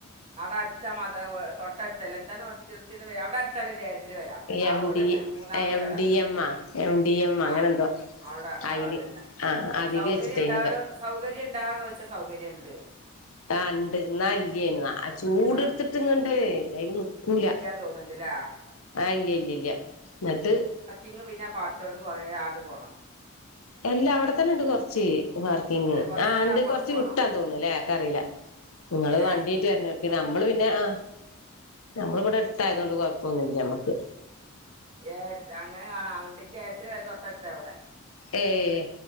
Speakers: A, on the right (about 30°); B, on the left (about 85°).
A: അവിടെ അടുത്ത് അല്ലേ തൊട്ടടുത്തല്ലേ എന്ത് അവിടെ വരാം ആ
B: എം
A: റോഡ്
B: ഡി
A: തന്നെ മൂന്നാമത്തെ
B: എം
A: പെരാ
B: ഡി എം ആ എം ഡി എം അങ്ങനെ
A: ആഹ്
B: എന്തോ
A: അവിടെ ആ
B: അയില്
A: അതന്നെ
B: ആ അതില്
A: സൗകര്യം
B: വെച്ചിട്ടേന്ന്
A: ഉണ്ടവാ സൗകര്യം ഉണ്ടാവോന്ന് ചോദിച്ചാ സൗകര്യം ഇണ്ട്.
B: ആഹ് ഇണ്ട്എന്ന ഇല്ലേന്ന് ആ ചൂട്
A: ആഹ്
B: എടുത്തിട്ട് ഇങ്ങണ്ട് നിക്കൂല.
A: തോന്ന്ണ്ട്ല്ലേ <unintelligible>
B: ആഹ് ഇല്ല ഇല്ല ഇല്ല എന്നിട്ട്.
A: ഇങ്ങ് പിന്നെ പാത്രം എടുത്തോണ്ട് കൊറെ അങ്ങോട്ട് പോകണം.
B: എല്ലാ അവിടെത്തന്നെ ഉണ്ട് കൊറച്ച് വർക്കിങ്.
A: അല്ല കുറച്ച്
B: ആ
A: നേരം
B: ഇണ്ട്
A: അപ്പുറത്തേക്ക്
B: കൊറച്ച്
A: പോകണം
B: വിട്ടാ തോന്നുന്നു അല്ലേ എനിക്കറില്ല നിങ്ങള്
A: ഏ
B: വണ്ടീ ആയിട്ട് വരുന്നേ നമ്മള് പിന്നെ ആഹ് നമ്മളിവിടെ അടുത്തായതു കൊണ്ട് കുഴപ്പൊന്നുല്ല നമ്മുക്ക്
A: ഏ അങ്ങനെ കാണാ. എൻ്റെ ചേച്ചിടെ വീട് തൊട്ടടുത്ത ഇവിടെ.
B: ഏഹ്